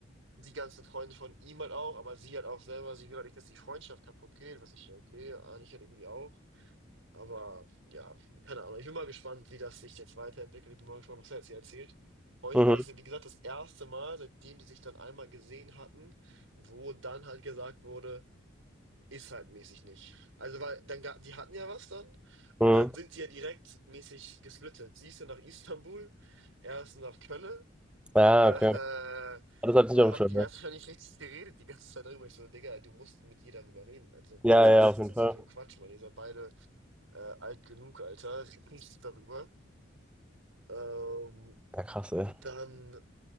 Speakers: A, on the right; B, in the centre.
A: die ganzen Freunde von ihm halt auch, aber sie halt auch selber, sie will halt nicht, dass die Freundschaft kaputt geht, was ich, ja, okay, eigentlich halt irgendwie auch. Aber ja, keine Ahnung. Ich bin mal gespannt, wie das sich jetzt weiterentwickelt. Ich bin mal gespannt, was er jetzt hier erzählt. Heute
B: Mhm.
A: war das, wie gesagt, das erste Mal, seitdem die sich dann einmal gesehen hatten, wo dann halt gesagt wurde, ist halt mäßig nicht. Also, weil dann ga- die hatten ja was dann und
B: Mhm.
A: dann sind die ja direkt mäßig gesplittet. Sie ist ja nach Istanbul, er ist nach Köln.
B: Ja,
A: Äh,
B: okay. Das hatte
A: und
B: ich nicht auf
A: haben
B: dem
A: die
B: Schirm,
A: erst
B: ja.
A: gar nicht richtig geredet die ganze Zeit darüber. Ich so, Digga, du musst mit ihr darüber reden. Also,
B: Ja,
A: willst du-
B: ja,
A: was ist
B: auf
A: das
B: jeden
A: jetzt
B: Fall.
A: hier für ein Quatsch, Mann? Ihr seid beide äh, alt genug, Alter, <laughs> riecht darüber. Ähm,
B: Ja, krass, ey.
A: und dann,